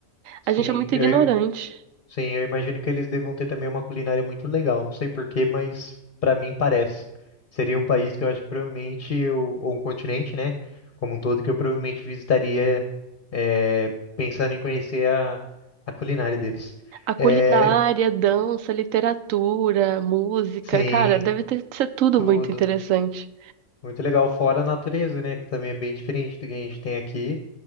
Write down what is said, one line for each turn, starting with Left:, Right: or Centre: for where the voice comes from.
Left: Sim,
Right: A gente é muito
Left: eu,
Right: ignorante.
Left: Sim, eu imagino que eles devam ter também uma culinária muito legal. Não sei porquê, mas para mim parece. Seria um país que eu acho que provavelmente eu, ou um continente, né? Como um todo, que eu provavelmente visitaria é, pensando em conhecer a, a culinária deles.
Right: A culinária,
Left: É,
Right: dança, literatura, música,
Left: sim,
Right: cara, deve ter, ser tudo
Left: tudo.
Right: muito interessante.
Left: Muito legal. Fora a natureza, né? Que também é bem diferente do que a gente tem aqui.